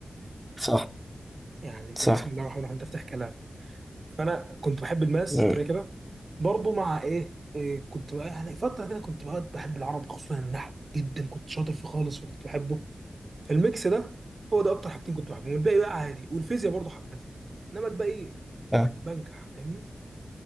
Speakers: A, in the centre; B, on the right.
A: صح
B: يعني ده
A: صح
B: بسم الله الرحمن الرحيم ده افتح كلام فانا كنت بحب الماس
A: مم.
B: كده كده برضه مع ايه, إيه كنت بقى يعني فتره كده كنت بقى بحب العربي خصوصا النحو جدا كنت شاطر فيه خالص وكنت بحبه فالميكس ده هو ده اكتر حاجتين كنت بحبهم الباقي بقى عادي والفيزياء برضه حبيتها انما الباقي
A: اه
B: بنجح فاهمني